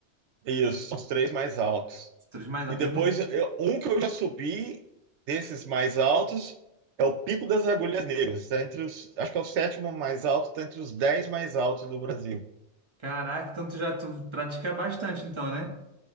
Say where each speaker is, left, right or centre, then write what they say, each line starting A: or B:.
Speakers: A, on the right; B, on the right.
A: Isso, são os três mais altos.
B: Os três mais... al-
A: E depois,
B: Eu não...
A: eu- um que eu já subi desses mais altos é o Pico das Agulhas Negras. Tá entre os, acho que é o sétimo mais alto, tá entre os dez mais altos do Brasil.
B: Caraca, então tu já tu pratica bastante, então, né?